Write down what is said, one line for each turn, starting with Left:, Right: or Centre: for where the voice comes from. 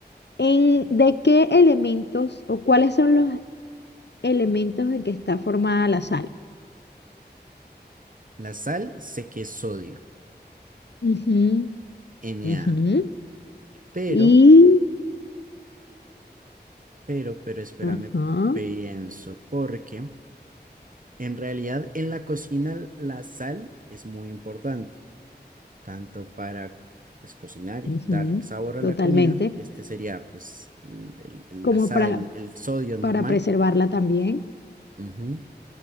Left: ¿En, de qué elementos o cuáles son los elementos en que está formada la sal?
Right: La sal sé que es sodio,
Left: Ujú,
Right: Na.
Left: ujú.
Right: Pero,
Left: Y,
Right: pero, pero espérame,
Left: ajá,
Right: pienso, porque en realidad en la cocina la sal es muy importante, tanto para pues cocinar y
Left: ujú,
Right: dar sabor a
Left: totalmente.
Right: la comida, que este sería pues el- el- el-
Left: Como
Right: la sal,
Left: para,
Right: el sodio normal.
Left: para preservarla también.
Right: Ujú.